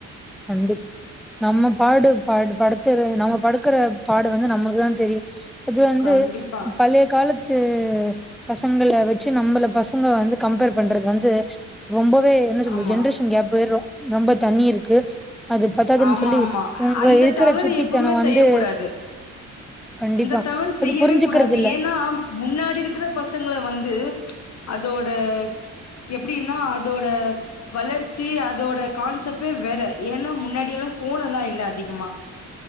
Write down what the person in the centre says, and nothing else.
கண்டிப் நம்ம பாடு பாடு படுத் துற நம்ம படுக்குற பாடு வந்து நம்ளுக்குதா தெரியு அது வந்து
பழைய காலத்து பசங்கள வெச்சி நம்பள பசங்க வந்து கம்பேர் பண்றது வந்து ரொம்பவே என்ன சொல்து
ஜென்ரேஷன் கேப்பு ரொ ரொம்ப தண்ணி இருக்கு அது பத்தாதுன்னு
சொல்லி
இவங்க
இருக்கிற
சுட்டித்தனம்
வந்து
கண்டிப்பா
அது
புரிஞ்சுக்கிறது
இல்ல